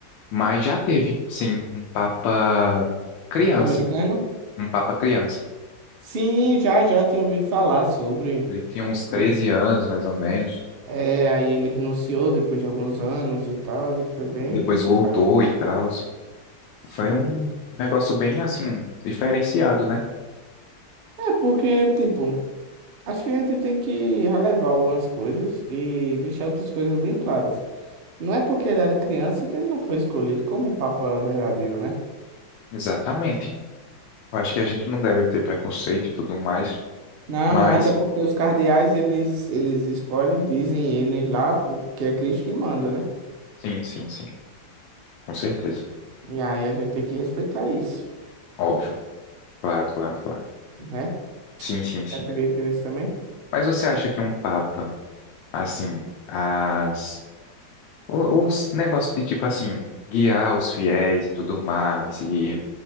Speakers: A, on the left; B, on the right.
A: Mas já teve, sim, um papa criança,
B: Americano?
A: um papa criança.
B: Sim, já, já tinha ouvido falar sobre.
A: Ele tinha uns 13
B: E-
A: anos, mais ou menos.
B: É, aí ele renunciou depois de alguns anos e tal. Foi bem
A: Depois
B: complicado.
A: voltou e tal.
B: Sim.
A: Foi um negócio bem, assim, diferenciado, né?
B: É porque, tipo, acho que a gente tem que relevar algumas coisas e deixar outras coisas bem claras. Não é porque ele era criança que ele não foi escolhido como Papa verdadeiro, né?
A: Exatamente. Eu acho que a gente não deve ter preconceito e tudo mais,
B: Não,
A: mas
B: não, até porque os cardeais, eles, eles escolhem, dizem eles lá, porque é Cristo que manda, né?
A: sim, sim, sim, com certeza.
B: E aí a gente tem que respeitar isso,
A: Óbvio. Claro, claro, claro.
B: né?
A: Sim, sim, sim.
B: Acredita nisso também?
A: Mas você acha que um papa, assim, as o- os negócios de tipo assim, guiar os fiéis e tudo mais, e